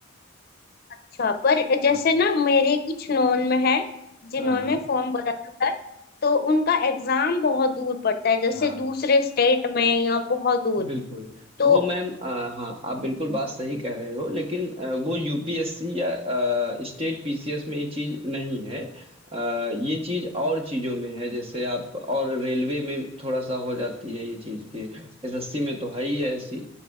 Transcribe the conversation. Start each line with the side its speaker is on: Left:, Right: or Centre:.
Left: अच्छा पर जैसे
Right: हाँ।
Left: ना मेरे कुछ नोन में है जिन्होंने
Right: हाँ, हाँ।
Left: फॉर्म भरा था सर तो उनका एग्जाम बहुत दूर पड़ता है जैसे
Right: हाँ।
Left: दूसरे स्टेट में या बहुत दूर
Right: बिल्कुल।
Left: तो
Right: वो मैम अ, हाँ, आप बिल्कुल बात सही कह रहे हो लेकिन अ, वो यूपीएससी या अ, स्टेट पीसीएस में ये चीज़ नहीं है। अ, ये चीज़ और चीज़ों में है जैसे आप और रेलवे में थोड़ा-सा हो जाती है ये चीज़ कि एसएससी में तो है ही है ऐसी